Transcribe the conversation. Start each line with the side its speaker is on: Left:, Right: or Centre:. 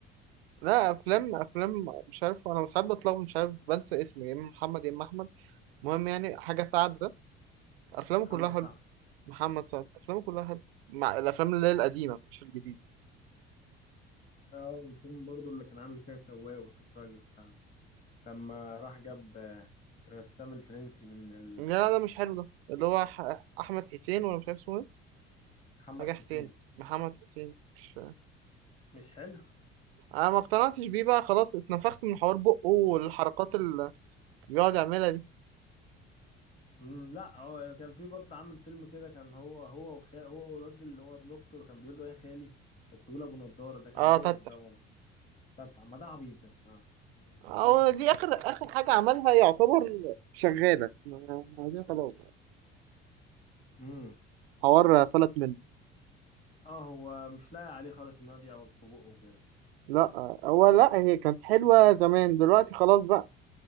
Right: لا افلام افلام مش عارف انا ساعات بتلخبط مش عارف بنسى اسمه يا اما محمد يا اما احمد المهم يعني حاجة سعد ده أفلامه
Left: محمد
Right: كلها حلوة
Left: سعد
Right: محمد سعد أفلامه كلها حلوة مع الأفلام اللي هي القديمة مش الجديدة
Left: اه والفيلم برضو اللي كان عامل فيها سواق وسفراجي وبتاع ده لما راح جاب آه، الرسام الفرنسي من ال-
Right: لا لا ده مش حلو ده اللي هو ح- أحمد حسين ولا مش عارف اسمه إيه
Left: محمد
Right: حاجة
Left: حسين
Right: حسين محمد حسين مش
Left: مش حلو
Right: أنا ما اقتنعتش بيه بقى خلاص اتنفخت من حوار بقه والحركات اللي بيقعد يعملها دي
Left: مم لا هو كان في برضه عامل فيلم كده كان هو هو وخا هو والواد اللي هو ابن اخته اللي كان بيقول له يا خالي الطويل ابو نضاره ده كان
Right: اه
Left: بايخ
Right: تتح
Left: ده برضه بتاع- ما ده عبيط ده بصراحه يعني ده ده
Right: اه
Left: فيلم عبيط
Right: دي آخر آخر حاجة عملها يعتبر شغالة ما- ما دي خلاص
Left: امم
Right: حوار فلت منه
Left: اه هو مش لاقي عليه خالص ان هو يقعد يعوج في بقه وكده
Right: لا هو لا هي كانت حلوة زمان دلوقتي خلاص بقى